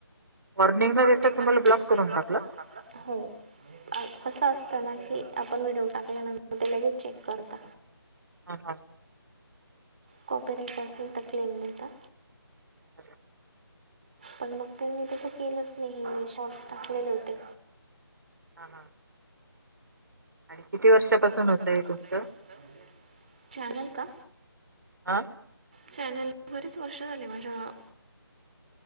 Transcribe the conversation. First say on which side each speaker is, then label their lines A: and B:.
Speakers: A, on the right; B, on the right.
A: वॉर्निंग न
B: मॉर्निंग
A: देता
B: तुम्हाला ब्लॉक
A: टाकलं
B: करून टाकत. हो असं असतं ना की आपण व्हिडिओ टाकल्यानंतर ते लगेच चेक करत.
A: हा हा
B: कॉपी राेट असेल तर प्लेम मिळता.
A: ह
B: पण मग त्यांनी तसं केलंच नाही मी शॉर्ट्स टाकलेले होते.
A: हा हा आणि
B: किती वर्षापासून
A: होत आहे
B: होत
A: तुमचं
B: चालेल का?
A: हा
B: चॅनल बरीच वर्ष झाली म्हणजे अ